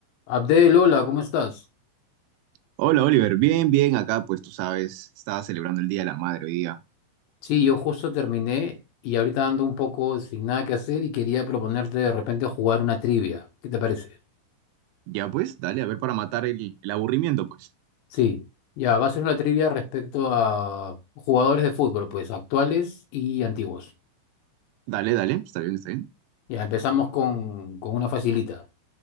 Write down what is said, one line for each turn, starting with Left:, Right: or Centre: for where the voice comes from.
Left: Abdel, hola, ¿cómo estás?
Right: Hola Oliver, bien, bien, acá pues tú sabes, estaba celebrando el Día de la Madre hoy día.
Left: Sí, yo justo terminé y ahorita ando un poco sin nada que hacer y quería proponerte de repente jugar una trivia. ¿Qué te parece?
Right: Ya pues, dale, a ver para matar el, el aburrimiento pues.
Left: Sí, ya, va a ser una trivia respecto a jugadores de fútbol, pues actuales y antiguos.
Right: Dale, dale, está bien, está bien.
Left: Ya, empezamos con, con una facilita.